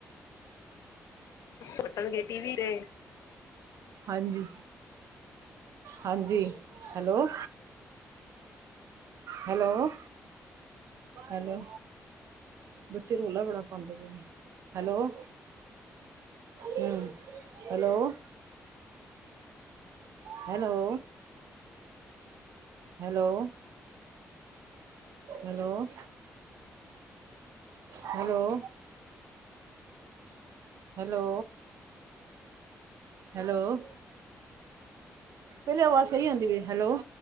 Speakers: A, on the left; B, on the right.
A: ਪੱਟਣ, ਗੇਟ। ਟੀਵ ਦੇਖ।
B: ਹਾਂਜੀ -ਹਾਂਜੀ, ਹੈਲੋ। Hello, hello. ਬੱਚੇ, ਰੌਲਾ ਬੜਾ ਪਾਉਂਦੇ ਪਏ ਨੇ, ਹੈਲੋ। ਹਮ, hello. Hello. Hello, hello. Hello. Hello. Hello, ਪਹਿਲੇ ਆਵਾਜ਼ ਸਹੀ ਆਉਂਦੀ ਪਈ, ਹੈਲੋ।